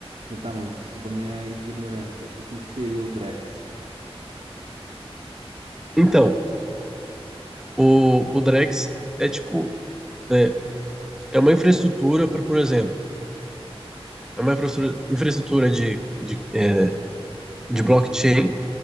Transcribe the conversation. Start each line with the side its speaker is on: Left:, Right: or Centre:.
Right: Mas Tá, mas desculpa a minha ignorância. O que que seria o Drex?
Centre: Então, o, o Drex é tipo, é, é uma infraestrutura para, por exemplo, é uma infraestrutura, infraestrutura de, de, é, de blockchain